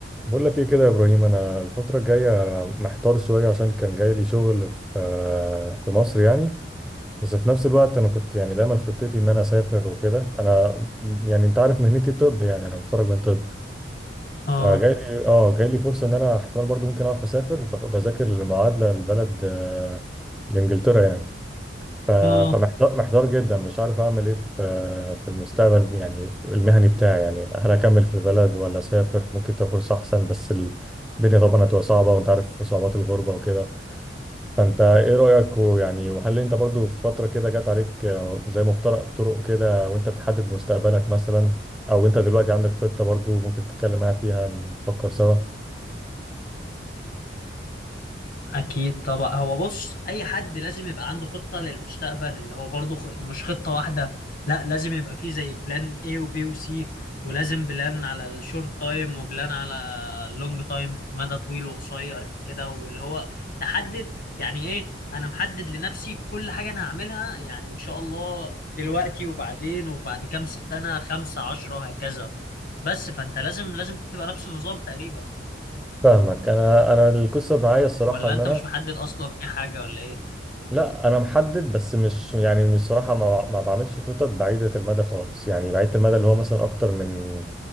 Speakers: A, in the centre; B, on the left.
A: بقول لك ايه كده يا ابراهيم انا الفتره الجايه محتار شويه عشان كان جاي لي شغل في في مصر يعني بس في نفس الوقت انا كنت يعني دايما خطتي ان انا اسافر وكده انا يعني انت عارف مهنتي طب يعني انا متخرج من طب
B: اه
A: فجاي لي اه جاي لي فرصه ان انا احتمال برضو ممكن اعرف اسافر بخ- بذاكر للمعادله لبلد آه، لانجلترا يعني ف-
B: اه
A: فمحتار محتار جدا مش عارف اعمل ايه في في المستقبل يعني في المهني بتاعي يعني هل اكمل في البلد ولا اسافر ممكن تبقى فرصه احسن بس ال- الدنيا طبعا هتبقى صعبه وانت عارف صعوبات الغربه وكده فانت ايه رايك ويعني وهل انت برضو في فتره كده جت عليك آه، زي مفترق طرق كده وانت بتحدد مستقبلك مثلا او انت دلوقتي عندك خطه برضو ممكن تتكلم معايا فيها نفكر سوا
B: اكيد طبعا هو بص اي حد لازم يبقى عنده خطة للمستقبل اللي هو برضو خ... مش خطة واحدة لا لازم يبقى فيه زي بلان A وبي وسي ولازم بلان على الشورت تايم وبلان على اللونج تايم مدى طويل وقصير كده واللي هو تحدد يعني ايه انا محدد لنفسي كل حاجة انا هعملها يعني ان شاء الله دلوقتي وبعدين وبعد كام سنة خمسة عشرة هكذا بس فانت لازم لازم تبقى نفس النظام تقريبا
A: فاهمك انا انا القصه معايا الصراحه
B: ولا
A: ان
B: انت
A: انا
B: مش محدد اصلا اي حاجه ولا ايه
A: لا انا محدد بس مش يعني بصراحه ما ما بعملش خطط بعيده المدى خالص يعني بعيده المدى اللي هو مثلا اكتر من